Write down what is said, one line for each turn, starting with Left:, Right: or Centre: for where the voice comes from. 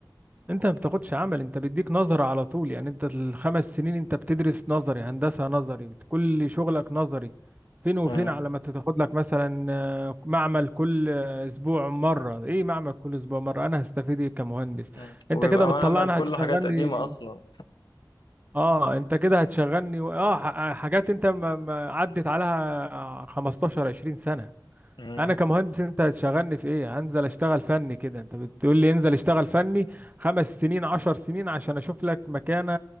Right: انت ما بتاخدش عمل انت بيديك نظرة على طول يعني انت الخمس سنين انت بتدرس نظري هندسة نظري كل شغلك نظري فين وفين
Left: مم.
Right: على ما تاخد لك مثلا آه، معمل كل آه، اسبوع مرة ايه معمل كل اسبوع مرة انا هستفيد ايه كمهندس
Left: مم.
Right: انت
Left: وبيبقى
Right: كده بتطلعني
Left: معمل كله
Right: لا لا هتشغلني
Left: حاجات قديمة اصلا
Right: اه انت كده هتشغلني و- اه ح- حاجات انت ما ما عدت عليها 15 20 سنة
Left: مم.
Right: انا كمهندس انت هتشغلني في ايه هنزل اشتغل فني كده انت بتقول لي انزل اشتغل فني خمس سنين عشر سنين عشان اشوف لك مكانة